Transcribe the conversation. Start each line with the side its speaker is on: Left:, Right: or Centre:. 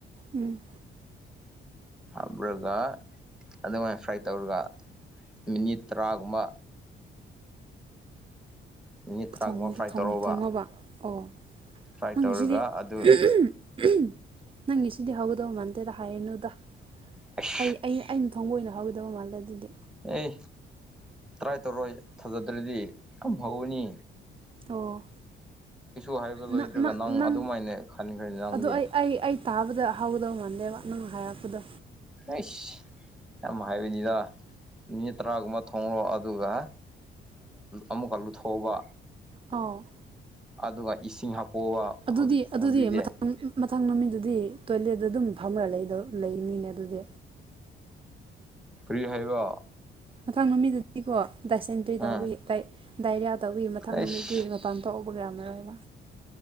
Right: ꯎꯝ
Centre: ꯍꯥꯞꯔꯒ ꯑꯗꯨꯃꯥꯏꯟ ꯐ꯭ꯔꯥꯏ ꯇꯧꯔꯒ ꯃꯤꯅꯤꯠ ꯇꯔꯥꯒꯨꯝꯕ ꯃꯤꯅꯤꯠ ꯇꯔꯥꯒꯨꯝꯕ
Right: ꯊꯣꯡ
Centre: ꯐ꯭ꯔꯥꯏ
Right: ꯊꯣꯡ
Centre: ꯇꯧꯔꯣꯕ
Right: ꯊꯣꯡꯉꯕ ꯑꯣ
Centre: ꯐ꯭ꯔꯥꯏ
Right: ꯅꯪꯒꯤꯁꯤꯗꯤ
Centre: ꯇꯧꯔꯒ
Right: <unintelligible>
Centre: ꯑꯗꯨ
Right: ꯅꯪꯒꯤ ꯁꯤꯗꯤ ꯍꯧꯒꯗꯧ ꯃꯥꯟꯗꯦꯗ ꯍꯥꯏꯔꯅꯨꯗ
Centre: ꯑꯁ
Right: ꯑꯩ ꯑꯩ ꯑ ꯊꯣꯡꯒꯣꯏꯅ ꯍꯧꯒꯗꯕ ꯃꯥꯜꯂꯦ ꯑꯗꯨꯗꯤ
Centre: ꯑꯦ ꯇ꯭ꯔꯥꯏ ꯇꯧꯔꯣꯏ ꯊꯥꯖꯗ꯭ꯔꯗꯤ ꯌꯥꯝ ꯍꯧꯅꯤ
Right: ꯑꯣ
Centre: ꯍꯥꯏꯕ ꯂꯣꯏꯗ꯭ꯔꯒ
Right: ꯅ ꯅꯪ ꯅꯪ
Centre: ꯑꯗꯨꯃꯥꯏꯅ ꯈꯟꯈ꯭ꯔꯦ ꯅꯪꯗꯤ
Right: ꯑ ꯑꯩ ꯇꯥꯕꯗ ꯍꯧꯥꯎꯗꯧ ꯃꯥꯟꯗꯦꯕ ꯅꯪ ꯍꯥꯏꯔꯛꯄꯗꯣ
Centre: ꯑꯩꯁ ꯌꯥꯝ ꯍꯥꯏꯕꯅꯤꯗ ꯃꯤꯅꯤꯠ ꯇꯔꯥꯒꯨꯝꯕ ꯊꯣꯡꯂꯣ ꯑꯗꯨꯒ ꯑꯃꯨꯛꯀ ꯂꯨꯊꯣꯛꯑꯧꯕ
Right: ꯑꯥꯎ
Centre: ꯑꯗꯨꯒ ꯏꯁꯤꯡ ꯍꯥꯄꯣꯛꯑꯕ
Right: ꯑꯗꯨꯗꯤ
Centre: ꯍꯧꯖꯤꯛ
Right: ꯑꯗꯨꯗꯤ
Centre: ꯍꯧꯖꯤꯛꯇꯤ
Right: ꯃꯊꯪ ꯃꯊꯪ ꯅꯨꯃꯤꯠꯗꯨꯗꯤ ꯇꯣꯏꯂꯦꯠ ꯑꯗꯨꯝ ꯐꯝꯃꯔ ꯂꯩꯗ ꯂꯩꯅꯤꯅꯦ ꯑꯗꯨꯗꯤ
Centre: ꯀꯔꯤ ꯍꯥꯏꯕ
Right: ꯃꯊꯪ ꯅꯨꯃꯤꯗꯗꯤꯀꯣ ꯗꯥꯏꯁꯦꯟꯇ꯭ꯔꯤ
Centre: ꯎꯝ
Right: ꯇꯧꯕꯋꯤ ꯗꯥꯏꯔꯤꯌꯥ ꯇꯧꯕꯋꯤ ꯃꯊꯪ
Centre: ꯑꯩꯁ
Right: ꯅꯨꯃꯤꯠꯗꯤ ꯃꯄꯥꯟ ꯊꯣꯛꯎꯕ ꯀꯌꯥ ꯃꯔꯣꯏꯕ